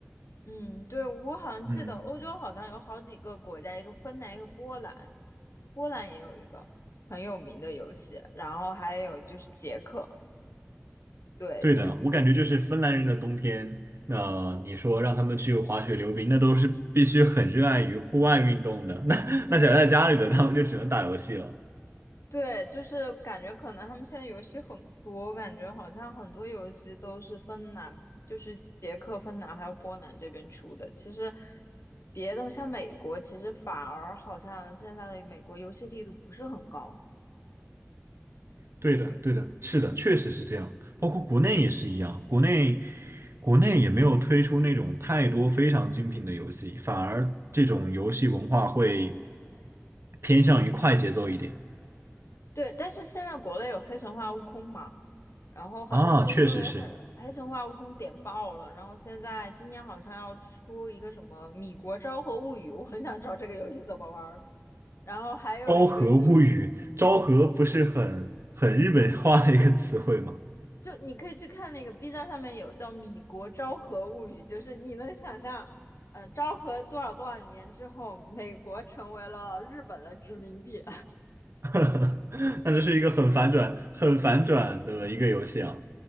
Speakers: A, on the left; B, on the right.
A: 嗯，对，我好像记得欧洲好像有好几个国家，
B: 嗯。
A: 一个芬兰，一个波兰，波兰也有一个很有名的游戏，然后还有就是捷克，对，
B: 对的，
A: 就
B: 我感觉就是芬兰人的冬天，那、你说让他们去滑雪溜冰，那都是必须很热爱于户外运动的。<laughs> 那那宅在家里的，他们就只能打游戏了。
A: 对，就是感觉可能他们现在游戏很多，我感觉好像很多游戏都是芬兰，就是捷克、芬兰还有波兰这边出的。其实别的像美国，其实反而好像现在的美国游戏力度不是很高，
B: 对的，
A: 对
B: 对的，是的，确实是这样。包括国内也是一样，国内国内也没有推出那种太多非常精品的游戏，反而这种游戏文化会偏向于快节奏一点。
A: 对，但是现在国内有《黑神话：悟空》嘛。然后好像就因为黑黑神话悟空点爆了，
B: 啊，确实是
A: 然后现在今年好像要出一个什么《米国昭和物语》，我很想知道这个游戏怎么玩儿。然后还有一个就是，
B: 《昭和物语》，昭和不是很很日本化的一个词汇吗？
A: 就你可以去看那个 B 站上面有叫《米国昭和物语》，就是你能想象，呃，昭和多少多少年之后，美国成为了日本的殖民地，
B: <laughs> 那这是一个很反转、很反转的一个游戏啊。